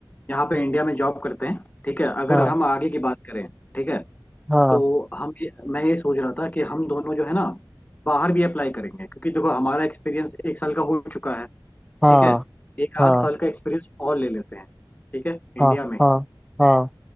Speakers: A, on the left; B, in the centre.
A: यहाँ पे इंडिया में जॉब करते हैं ठीक है अगर
B: हाँ
A: हम आगे की बात करें ठीक है
B: हाँ
A: तो हम ये मैं ये सोच रहा था कि हम दोनों जो है ना बाहर भी अप्लाई करेंगे क्योंकि देखो हमारा एक्सपीरियंस एक साल का हो चुका है
B: हाँ
A: ठीक है एक
B: हाँ
A: आध साल का एक्सपीरियंस और ले लेते हैं ठीक है इंडिया
B: हाँ
A: में
B: हाँ हाँ